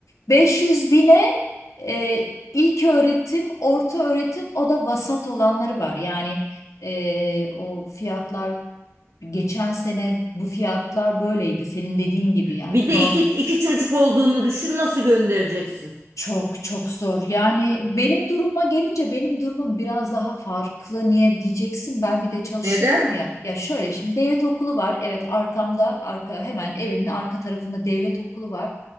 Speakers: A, on the left; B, on the right.
A: 500 bine e, ilk öğretim, orta öğretim o da vasat olanları var. Yani e, o fiyatlar geçen sene bu fiyatlar böyleydi. Senin dediğin gibi yani
B: Bir de
A: normal.
B: iki, iki çocuk olduğunu düşün nasıl göndereceksin?
A: Çok çok zor. Yani benim durumuma gelince benim durumum biraz daha farklı. Niye diyeceksin? Ben bir de çalışıyorum
B: Neden?
A: ya. Ya şöyle şimdi devlet okulu var. Evet arkamda arka hemen evimin arka tarafında devlet okulu var.